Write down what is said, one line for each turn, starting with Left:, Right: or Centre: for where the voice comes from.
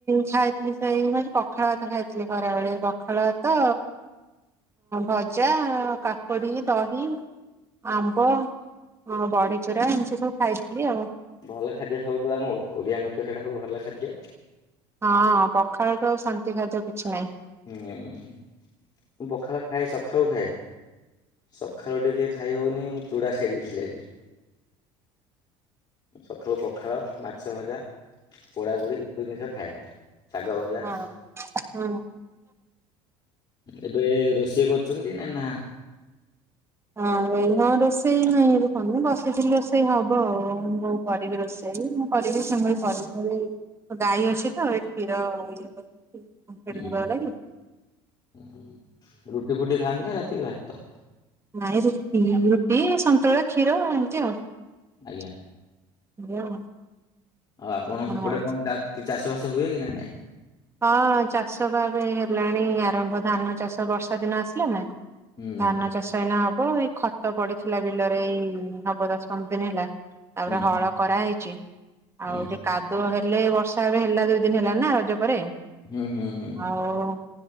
Right: ଖାଇଥିଲି ସେଇ ଆ ପଖାଳ ଭାତ ଖାଇଥିଲି ଖରାବେଳେ। ପଖାଳ ତ, ଭଜା, କାକୁଡି, ଦହି ଆମ୍ବ, ଅ ବଢଚୁରା ଏମିତି ସବୁ ଖାଇଥିଲି ଆଉ।
Left: ଭଲ ଖାଦ୍ୟ ସବୁଠୁ ଆମ ଓଡ଼ିଆଙ୍କର ତ ସେଇଟା ସବୁ ଭଲ ଖାଦ୍ୟ।
Right: ହଁ, ପଖାଳଠୁ ଆଉ ଶାନ୍ତି ଖାଦ୍ୟ କିଛି ନାହିଁ।
Left: ହୁଁ, ମୁଁ ପଖାଳ ଖାଏ ସକାଳୁ ଖାଏ। ସକାଳୁ ଟିକେ ଖାଇହଉନି ମୁଁ ଚୁଡ଼ା ଖାଇ ଦେଇଥିଲି ଆଜି। ସକାଳୁ ପଖାଳ, ମାଛ ଭଜା ପୋଡା ପୋଡ଼ି ଏସବୁ ଜିନିଷ ଖାଏ। ଶାଗ ଭଜା
Right: ହଁ ହଁ।
Left: ଏବେ ରୋଷେଇ କରୁଛନ୍ତି ନା ନା
Right: ଆଉ ଏଇନୁ ରୋଷେଇ ହେଇ କମି ବସିଥିଲି ରୋଷେଇ ହବ ଆଉ କରିବି ରୋଷେଇ ମୁଁ କରିବି ସେ <unintelligible> ଗାଈ ଅଛି ତ ଏ କ୍ଷୀର ଇଏ
Left: ହୁଁ
Right: <inaudible>
Left: ହୁଁ ରୁଟି ଫୁଟି ଖାଆନ୍ତି ନା ରାତିରେ ଭାତ?
Right: ନାଇଁ ରୁଟି ରୁଟି ସନ୍ତୁଳା କ୍ଷୀର ଏମିତି ଆଉ।
Left: ଆଜ୍ଞା।
Right: <inaudible>
Left: ଆଉ ଆପଣଙ୍କ ସେପଟେ
Right: ହଉ
Left: କଣ ଚା କି ଚାଷ ବାସ ହୁଏ କି ନା ନାଇଁ?
Right: ହଁ ଚାଷ ବା ଏବେ ହେଲାଣି ଆରମ୍ଭ ଧାନ ଚାଷ ବର୍ଷା ଦିନ ଆସିଲେ ନା।
Left: ହୁଁ
Right: ଧାନ ଚାଷ ଏଇନା ହବ ଏଇ ଖତ ପଡିଥିଲା ବିଲରେ ଏଇ ହବ ଦଶ ପନ୍ଦର ଦିନ ହେଲା। ତାପରେ
Left: ହୁଁ
Right: ହଳ କରାହେଇଛି
Left: ହୁଁ
Right: ଆଉ ଟିକେ କାଦୁଅ ହେଲେ ବର୍ଷା ଏବେ ହେଲା ଦୁଇ ଦିନ ହେଲା ନା ରଜ ପରେ
Left: ହୁଁ ହୁଁ ହୁଁ
Right: ଆଉ